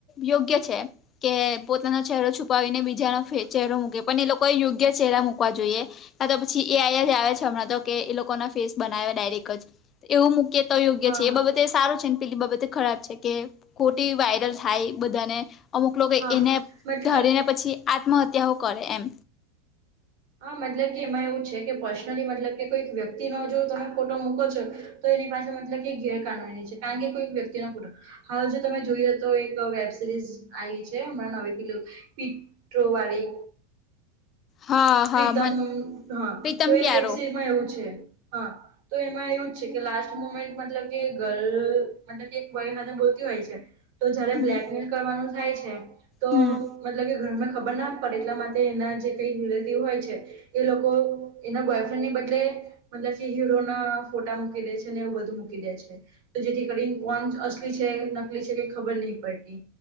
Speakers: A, on the left; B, on the right.
A: યોગ્ય છે. કે પોતાનો ચહેરો છુપાવીને બીજાનો ચહેરો મૂકે પણ એ લોકોએ યોગ્ય ચહેરા મુૂકવા જોઈએ. કા તો પછી એ અયા જ આવે છે હમણાં તો કે એ લોકો ના ફેસ બનાવે ડાયરેક્ટ જ. એવું મુૂક્ય તો યોગ્ય
B: હા
A: છે એ બાબતે એ સારું છે. પેલી બાબતે ખરાબ છે કે ખોટી વાયરલ થાય બધાને. અમુક લોકો
B: હા
A: એને
B: મતલબ
A: ધરીને પછી આત્મહત્યાઓ કરે એમ.
B: હા મતલબ કે એમાં એવું છે કે પર્સનલી મતલબ કે કોઈક વ્યક્તિ નો જો તમે ફોટો મૂકો છો. તો એની પાસે મતલબ ગેરકાનૂની છે કારણ કે કોઈ વ્યક્તિ ન ફોટો. હાલ જે તમે જોયએ તો એક વેબ સિરીઝ આઇ છે હમણાં ન‌ઇ પેલું પીક. ડો વારી.
A: હા
B: પ્રીતમ
A: હા મ
B: હા
A: પ્રીતમ
B: તો એ
A: પ્યારો
B: વેબસીરીમાં એવું છે હા. તો એમાં એવું જ છે કે લાસ્ટ મુમેન્ટ મતલબ કે ગર્લ મતલબ કે એક બોય સાથે બોલતી હોય છે. તો જયારે
A: હમ
B: બ્લેકમેલ કરવાનું થાય છે. તો
A: હમ
B: મતલબ કે ઘરમે ખબર ના પડે એટલા માટે એના જે કઈ રિલેટીવ હોય છે. એ લોકો એના બોયફ્રેન્ડની બદલે મતલબ જે હીરો ના ફોટા મૂકી દે છે ને એવું બધું મૂકી દે છે. તો જેથી કરી કોન અસલી છે નકલી છે કે ખબર નહી પડતી.